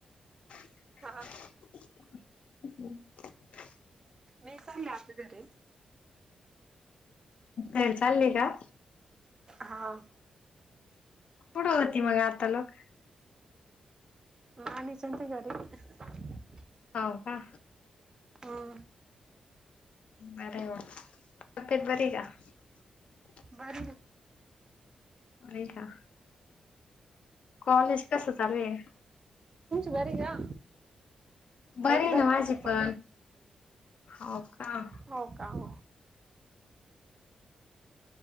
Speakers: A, on the left (about 70°); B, on the right (about 35°).
A: हम्म
B: हा नाही सांग ना आपल्या घरी
A: लयं चाललंय गं
B: हा
A: कुठं होती मग आता लोक
B: हा निश्च़ितं घरी
A: हां का!
B: हम्म
A: बरं तब्येत बरी आहे का?
B: बरं हे
A: ऐकना कॉलेज कसं चालु आहे
B: बरीं का?
A: बरीं
B: एकदम
A: ना माझी
B: मस्त
A: पण. हो का!
B: हो का हो.